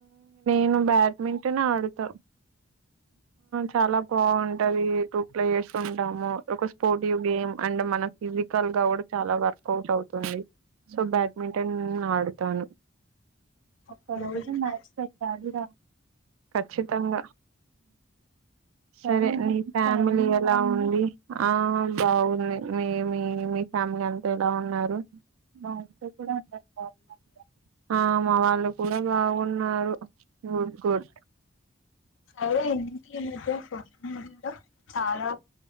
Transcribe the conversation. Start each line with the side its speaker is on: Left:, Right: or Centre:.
Right: ఆ నువ్ బ్యాడ్మింటన్ ఆడుతవ్ చాలా బాగుంటది టూ ప్లేయర్స్ ఉంటాము ఒక స్పోర్టివ్ గేమ్ అండ్ మన ఫిజికల్ గా కూడా చాలా వర్కౌట్ అవుతుంది సో బ్యాడ్మింటన్ ఆడు తను
Left: ఒక్క
Right: ఒకవేళ
Left: రోజు
Right: మ్యాచ్
Left: పెట్టాలి
Right: అయితే ఆడుగా
Left: రా
Right: ఖచ్చతంగా సరే నీ ఫ్యామిలీ ఎలా ఉంది ఆ బాగు మి మీ మీ ఫ్యామిలీ అంతా ఎలా ఉన్నారు మా ఇంట్లో కూడా అందరు బావున్నారు ఆ మా వాళ్ళు కూడా బాగున్నారు ఉమ్ గుడ్
Left: అయితే ఏంటి ఈ మధ్య సోషల్ మీడియాలో చాలా